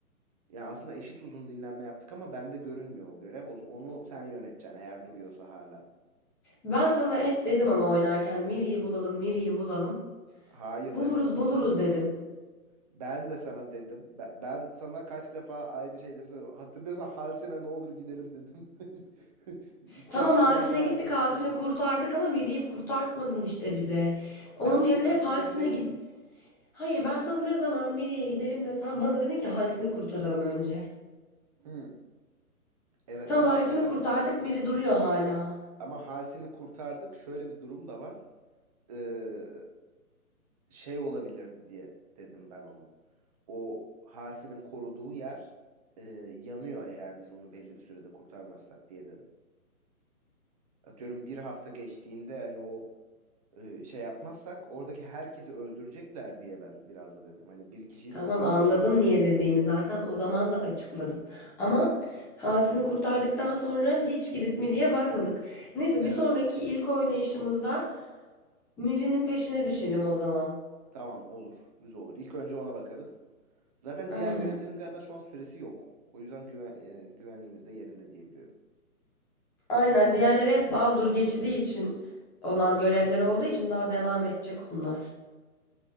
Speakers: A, on the right (about 25°); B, in the centre.
A: Yani aslında eşit uzun dinlenme yaptık ama bende görünmüyor o görev. O- Onu sen yöneteceksin eğer duruyorsa hala.
B: Ben sana hep dedim ama oynarken Miri'yi bulalım, Miri'yi bulalım.
A: Hayır
B: Buluruz,
A: demedin
B: buluruz
A: olur mu?
B: dedin.
A: Ben de sana dedim. Ben, ben sana kaç defa aynı şeyleri söyledim. Hatırlıyorsan Halsine ne olur gidelim dedim. <laughs> İki
B: Tamam
A: hafta
B: Halsine
A: boyunca Halsine
B: gittik, halsin'i
A: gitmeye çalıştık.
B: kurtardık ama Miri'yi kurtartmadın işte bize.
A: Ben
B: Onun
A: kurtartmadım
B: yerine hep Halsine
A: değil.
B: git... Hayır ben sana ne zaman Miri'ye gidelim desem bana dedin ki Halsini kurtaralım önce.
A: Hı. Evet
B: Tamam
A: ama
B: Halsini
A: zaten
B: kurtardık, Miri duruyor hala.
A: ama Halsin'i kurtardık. Şöyle bir durum da var. Ee, şey olabilirdi diye dedim ben onu. O Halsin'in koruduğu yer e, yanıyor eğer biz bunu belli bir sürede kurtarmazsak diye dedim. atıyorum bir hafta geçtiğinde hani o e, şey yapmazsak oradaki herkesi öldürecekler diye ben biraz da dedim. Hani bir kişiyi
B: Tamam
A: mi kurtaralım
B: anladım
A: yoksa bir sürü
B: niye
A: insanı
B: dediğini
A: mı?
B: zaten o zaman da açıkladın. Ama
A: Ha,
B: Halsini kurtardıktan sonra hiç gidip Miri'ye bakmadık. Neyse
A: evet.
B: bir sonraki ilk oynayışımızda Miri'nin peşine düşelim o zaman.
A: Tamam olur. Güzel olur. İlk önce ona bakarız. Zaten
B: Aynen.
A: diğer görevlerin galiba şu an süresi yok. O yüzden güven, e, güvenliğimiz de yerinde diyebiliyorum.
B: Aynen. Diğerleri hep Baldur geçidi için olan görevler
A: Hı hı.
B: olduğu için daha devam edecek onlar.